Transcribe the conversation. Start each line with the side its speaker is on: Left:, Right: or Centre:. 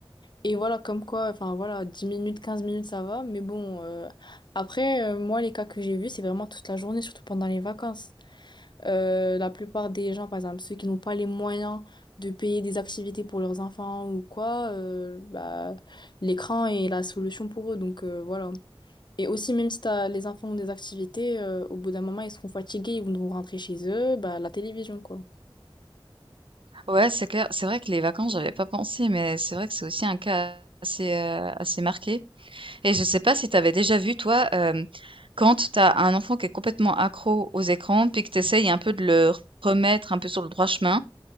Left: Et voilà, comme quoi, enfin voilà, 10 minutes, 15 minutes, ça va. Mais bon, euh, après, euh, moi, les cas que j'ai vus, c'est vraiment toute la journée, surtout pendant les vacances. Euh, la plupart des gens, par exemple, ceux qui n'ont pas les moyens de payer des activités pour leurs enfants ou quoi, euh, bah, l'écran est la solution pour eux. Donc euh, voilà. Et aussi, même si t'as- les enfants ont des activités, euh, au bout d'un moment, ils seront fatigués, ils vont rentrer chez eux, bah, la télévision, quoi.
Right: Ouais, c'est clair. C'est vrai que les vacances, j'avais pas pensé, mais c'est vrai que c'est aussi un cas assez, heu, assez marqué et je sais pas si t'avais déjà vu toi, hem, quand t'as un enfant qui est complètement accro aux écrans, puis que t'essayes un peu de le remettre un peu sur le droit chemin.